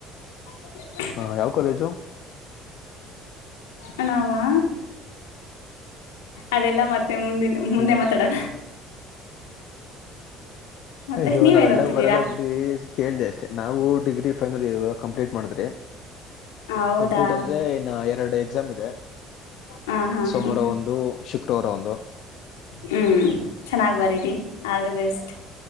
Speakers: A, on the left; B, on the left.
A: <inaudible>
B: ಹಾ ಯಾವ್ ಕಾಲೇಜು.
A: ಅ ನಾವಾ ಅದೆಲ್ಲ ಮತ್ತೆ ಮುಂದಿನ ಮುಂದೆ
B: ಅಯ್ಯೋ
A: ಮಾತಾಡೋಣ. ಮತ್ತೆ
B: ಅಯ್ಯೋ
A: ನೀವೇನ್
B: ನಾವೆಲ್ಲ
A: ಓದ್ತಿದ್ದೀರಾ
B: ಬರಲ್ಲ ಬಿಡಿ ಕೇಳಿದೆ ಅಷ್ಟೇ ನಾವು ಡಿಗ್ರಿ ಫೈನಲ್ ಇಯರ್ ಕಂಪ್ಲೀಟ್ ಮಾಡಿದ್ರೆ.
A: ಹೌದಾ
B: ಕಂಪ್ಲೀಟ್ ಅಂದ್ರೆ ಇನ್ನು ಎರಡು ಎಕ್ಸಾಮ್ ಇದೆ
A: ಹಾ ಹಾ
B: ಸೋಮಾರ
A: ಹಾ
B: ಒಂದು ಶುಕ್ರವಾರ ಒಂದು
A: ಹ್ಮ್ ಚೆನ್ನಾಗ್ ಬರಿರೀ ಆಲ್ ದಿ ಬೆಸ್ಟ್.